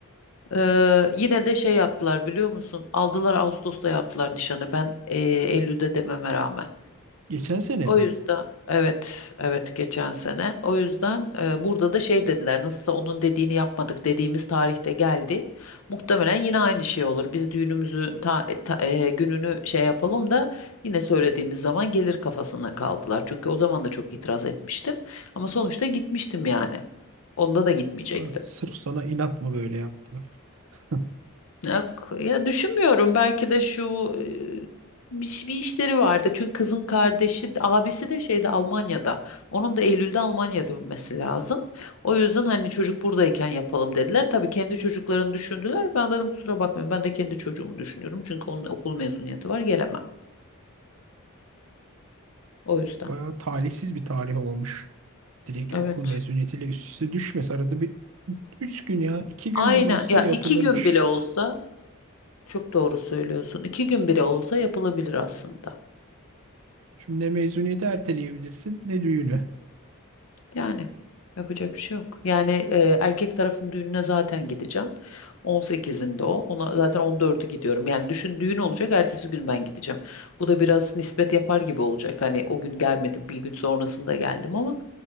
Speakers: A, on the left; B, on the right.
A: Ee, yine de şey yaptılar biliyor musun? Aldılar Ağustos'ta yaptılar nişanı. Ben e, Eylül'de dememe rağmen.
B: Geçen sene
A: O
B: mi?
A: yüzden evet evet geçen sene. O yüzden e, burada da şey dediler nasılsa onun dediğini yapmadık dediğimiz tarihte geldi. Muhtemelen yine aynı şey olur. Biz düğünümüzü ta- ta- e, gününü şey yapalım da yine söylediğimiz zaman gelir kafasına kaldılar. Çünkü o zaman da çok itiraz etmiştim. Ama sonuçta gitmiştim yani. Onda da gitmeyecektim.
B: Aa, Sırf sana inat mı böyle yaptılar? <laughs>
A: Ya, k- ya düşünmüyorum belki de şu e, bir, ş- bir işleri vardı. Çünkü kızın kardeşi, de- abisi de şeyde Almanya'da. Onun da Eylül'de Almanya'ya dönmesi lazım. O yüzden hani çocuk buradayken yapalım dediler. Tabii kendi çocuklarını düşündüler. Ben dedim kusura bakmayın ben de kendi çocuğumu düşünüyorum. Çünkü onun okul mezuniyeti var gelemem. O yüzden.
B: Bayağı talihsiz bir tarih olmuş. Direkt
A: Evet.
B: okul mezuniyetiyle üst üste düşmez. Arada bir 3 gün ya 2 gün
A: Aynen
B: bile olsa
A: ya
B: yapılırmış.
A: iki gün bile olsa çok doğru söylüyorsun. İki gün bile olsa yapılabilir aslında.
B: Şimdi ne mezuniyeti erteleyebilirsin ne düğünü.
A: Yani yapacak bir şey yok. Yani e, erkek tarafın düğününe zaten gideceğim. 18'inde o. Ona zaten 14'ü gidiyorum. Yani düşün düğün olacak, ertesi gün ben gideceğim. Bu da biraz nispet yapar gibi olacak. Hani o gün gelmedim, bir gün sonrasında geldim ama